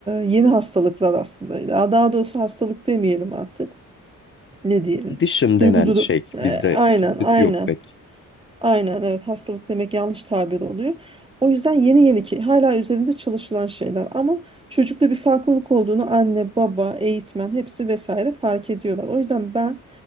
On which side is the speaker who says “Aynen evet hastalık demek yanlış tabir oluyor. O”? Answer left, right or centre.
Right